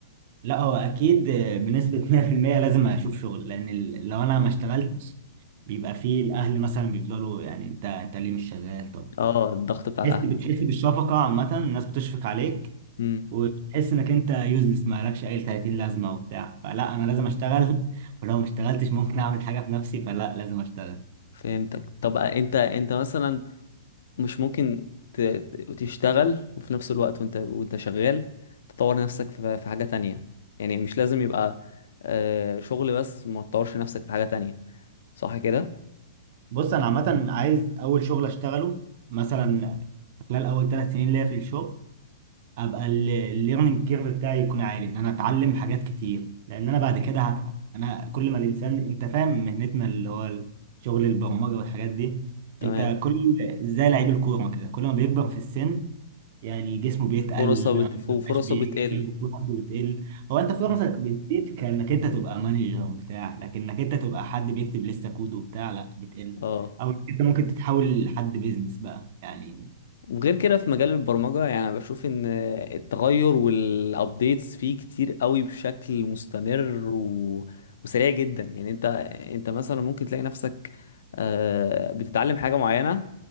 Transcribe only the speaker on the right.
لا هو اكيد بنسبه 100% لازم اشوف شغل لان ال- لو انا
ما اشتغلتش بيبقى فيه الاهل مثلا بيفضلوا يعني انت انت ليه مش شغال طب
تحس
بتحس بالشفقه عامه الناس بتشفق عليك
وتحس انك انت يوزلس ما لكش اي 30 لازمه وبتاع فلا انا لازم اشتغل <laughs> ولو ما اشتغلتش ممكن اعمل حاجه في نفسي فلا لازم اشتغل
بص انا عامه عايز اول شغل اشتغله مثلا خلال اول ثلاث سنين ليا في الشغل ابقى الليرنينج كيرف بتاعي يكون عالي ان انا اتعلم حاجات كتير لان انا بعد كده هتعب انا كل ما الانسان انت فاهم مهنتنا اللي هو شغل البرمجه والحاجات دي
انت كل زي لعيب الكوره كده كل ما بيكبر في السن يعني جسمه بيتقل
ما
بيبقاش بيجري
وفرصه بتقل هو انت فرصك
بتزيد كانك انت تبقى مانجر بتاع لكنك انت تبقى حد بيكتب لسه كود وبتاع لا بتقل
او انت ممكن تتحول لحد بيزنس بقى يعني